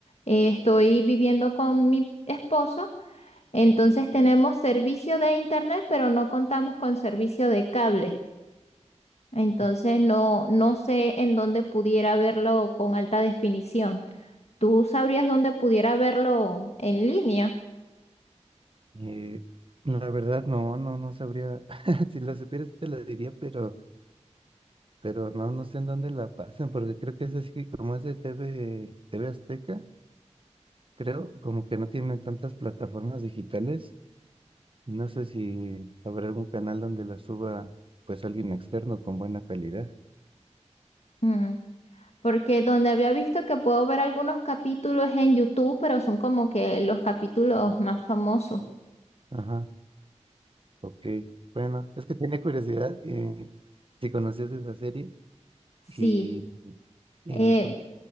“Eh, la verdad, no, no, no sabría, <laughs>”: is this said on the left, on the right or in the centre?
Right